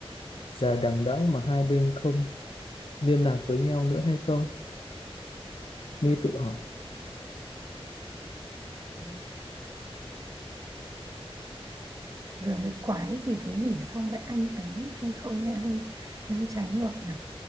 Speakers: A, on the left; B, on the right.
A: dài đằng đẵng mà hai bên không liên lạc với nhau nữa hay không? My tự hỏi.
B: Ừ. vừa mới quái gì thế nhỉ xong lại anh ấy hay không nghe hơi nghe hơi trái ngược nhỉ